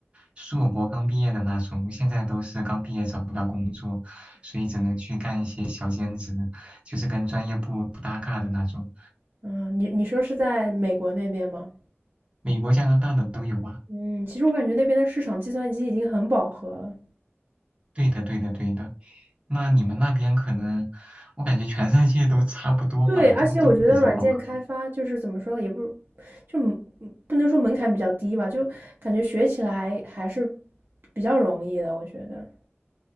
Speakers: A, on the right (about 25°); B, on the right (about 50°).
A: 硕博刚毕业的那种，现在都是刚毕业找不到工作，所以只能去干一些小兼职，就是跟专业不不搭嘎的那种。
B: 嗯，你你说是在美国那边吗？
A: 美国、加拿大的都有啊。
B: 嗯，其实我感觉那边的市场计算机已经很饱和了，
A: 对的，对的，对的。那你们那边可能，我感觉全世界都差不多吧，
B: 对，而且我觉得软件开发就是怎么说，
A: 都都比较饱和。
B: 也不就嗯不能说门槛比较低吧，就感觉学起来还是比较容易的，我觉得。